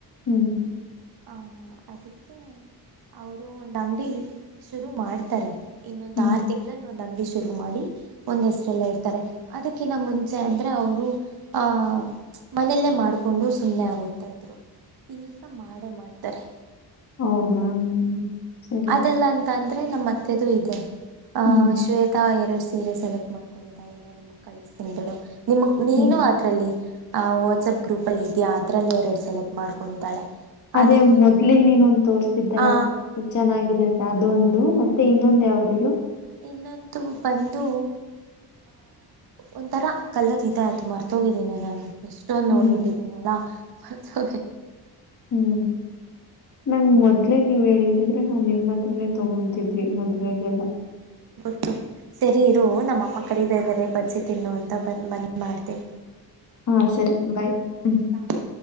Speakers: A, on the left; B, on the right.
A: ಹ್ಮ್
B: ಹ ಅದಕ್ಕೆ ಅವರು ಒಂದು ಅಂಗಡಿ ಶುರು ಮಾಡ್ತಾರೆ ಇನ್ನೊಂದು
A: ಹ್ಮ್.
B: ಆರು ತಿಂಗಳಲ್ಲಿ ನ ನಂಗ ಶುರು ಮಾಡಿ ಒಂದ್ ಹೆಸರೆಲ್ಲ ಇರ್ತಾರೆ ಅದಕ್ಕಿನ್ನ ಮುಂಚೆ ಅಂದ್ರೆ ಅವರು ಆಹ್ ಮನೆಯಲ್ಲೇ ಮಾಡಕೊಂಡು ಸುಮ್ಮ್ನೆ ಆಗೋಗ್ತಾ ಇದ್ರು ಈಗ ಕಡೆ ಮಾಡ್ತಾರೆ
A: ಹೌದಾ ಹ್ಮ್ ಸರಿ.
B: ಅದೆಲ್ಲ ಅಂತ ಅಂತ ಆದ್ರೆ ನಮ್ಮ ಮತ್ತೆದು ಇದೆ ಆ
A: ಹ್ಮ್,
B: ಶ್ವೇತಾ ಎರಡು ಸೀರೆ ಸೆಲೆಕ್ಟ್ ಮಾಡ್ಕೊಂಡಿದ್ದಾಳೆ ನ ನಿಮ್ಮ ಕಳಿಸ ತಿದಾಳು ನಿಮ ನೀನು
A: ಹ್ಮ್.
B: ಅದರಲ್ಲಿ ಆ ವಾಟ್ಸಆಪ್ ಗ್ರೂಪಲ್ಲಿ ಇದೆಯಾ ಅದರಲ್ಲೇ ಎರಡು ಸೆಲೆಕ್ಟ್ ಮಾಡ್ಕೊಂಡಿದ್ದಾಳೆ
A: ಅದೇ
B: ಅದಕ್ಕೆ
A: ಮೊದ್ಲಿಗ್ ನೀನ ಒಂತೋರ್ಸದೆ
B: ಆ
A: ಚೆನ್ನಾಗಿದೆ ಅಂತ ಅದೊಂದ್ ಮೆ ಇ ಇನ್ನೊಂದ ಯಾವ್ದ ಹೇಳು
B: ಇನ್ನೊಂದು ಬಂದು ಒಂಥರ ಕಲರ್ ಇದೆ ಅದು ಮರ್ತೋಗಿದ್ದೀನಿ ನಾನು ಎಷ್ಟೊಂದ
A: ಹ್ಮ್,
B: ನೋಡ್ಬಿಟ್ಟಿದೀನಲ್ಲಾ ಹತ
A: ಹ್ಮ್ ನಂಗ ಮೊದ್ಲೆೇ ನೀವ್ ಹೇಳಿದ್ದೀ ನಾ್ ನಿಮ್ಮ ಹತ್ರ ತಗೊತಿದ್ವಿ ಮದ್ವೆೆಗೆಲ್ಲ
B: ತ್ತು ಸರಿ ಇರು ನಮ್ಮಮ್ಮ ಕರೀದ ಇದಾರೆ ಬದ ಸ ತಿನ್ನು ಅಂತ ಬ ಬಂದ ಮಾಡ್ತ.
A: ಹಾ ಸರಿ ಬಾಯ್ ಹ್ಮ.
B: ಬಾಯ್